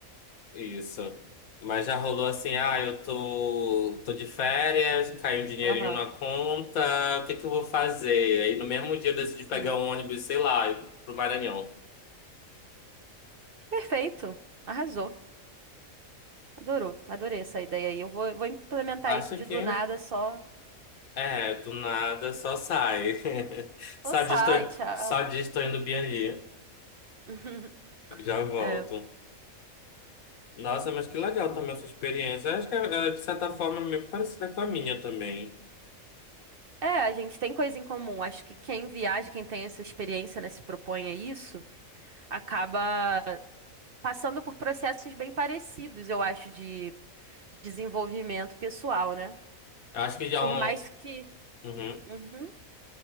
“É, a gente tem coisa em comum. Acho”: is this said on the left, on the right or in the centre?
Right